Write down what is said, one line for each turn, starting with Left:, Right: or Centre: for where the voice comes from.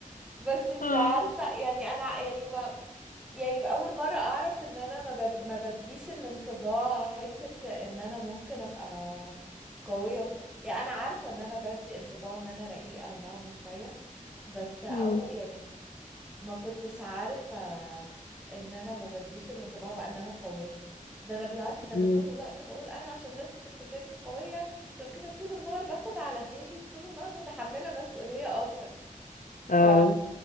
Centre: بس انت
Left: اه
Centre: عارفة يعني انا يعني ما يعني اول مرة اعرف ان انا ما, ب... ما بديش الانطباع حتة ان انا ممكن ابقى قوية وكده يعني انا عارفة ان انا بدي انطباع ان انا رقيقة وناعمة شوية بس او
Left: مم.
Centre: يعني ما كنتش عارفة ان انا ما بديش الانطباع بقى ان انا قوية ده انا بالعكس ده
Left: مم.
Centre: انا طول الوقت بقول انا عشان الناس بتفتكرني قوية عشان كده طول النهار باخد على دماغي طول النهار متحملة مسؤولية اكتر
Left: اه
Centre: ف